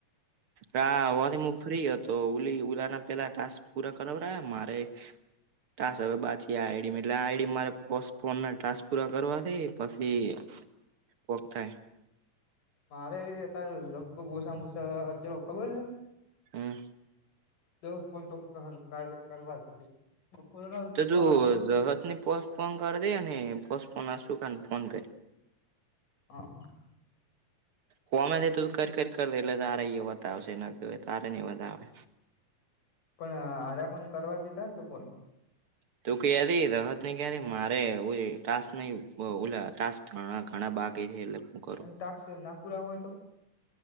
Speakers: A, on the right; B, on the left.
A: રા હોથી, હું ફ્રી હતો ઓલી ઉલાના પેલા ટાસ્ક પૂરા કરાવરાયાના મારે કાસ બાથીયા એ એટલે આ આઈડી મારે ફોસ ફોન ના ટાસ્ક પૂરા કરવાથી પછી કોક થાય.
B: મારે અત્યારે લગભગ ઓછામાં ઓછા ચલો ખબર છે.
A: હમ,
B: દહ પણ તો કાર્ય કરવા છે. બપોરના
A: તો
B: સો
A: તું
B: હાથ કરી
A: જતને પોસ્ટફોન કરી દેને પોસ્ટપોન ના શું કને ફોન કરી.
B: અહ,
A: કોનાથી થયુ ત કર કર કર દે એટલે તારે બતાવશે નકર તારે નહીબતાવે
B: પણ હારે પણ કરવા કીધાને તોફોન
A: તો કયાથી રહત ક્યાંથી મારે ઓય ટાસ્ક નહી બ ઓલા ટાસ્ક હા, ઘણા બાકી છે, એટલે હું કરું
B: ટાક્સના પૂરા હોય તો?